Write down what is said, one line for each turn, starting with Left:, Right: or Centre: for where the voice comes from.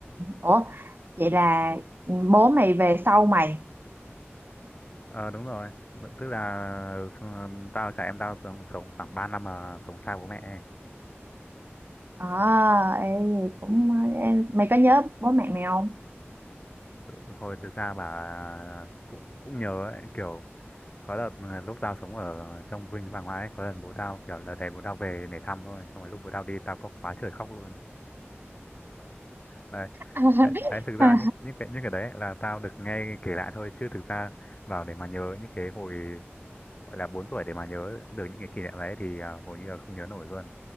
Right: ủa vậy là bố mày về sau mày
Left: ờ đúng rồi tức là ừ, tao cả em tao sống, sống khoảng 3 năm mà sống xa bố mẹ ấy.
Right: à, ê, cũng em mày có nhớ bố mẹ mày không
Left: hồi thực ra bà cũng cũng nhớ ấy, kiểu có đợt mà lúc tao sống ở trong Vinh với bà ngoại ấy, có lần bố tao kiểu là đè bố tao về để thăm thôi xong rồi lúc bố tao đi tao có quá trời khóc luôn đấy,
Right: <laughs>
Left: đấy, đấy thực ra những những cái những cái đấy là tao được nghe kể lại thôi chứ thực ra vào để mà nhớ những cái hồi gọi là 4 tuổi để mà nhớ được những cái kỷ niệm đấy thì à, hầu như là không nhớ nổi luôn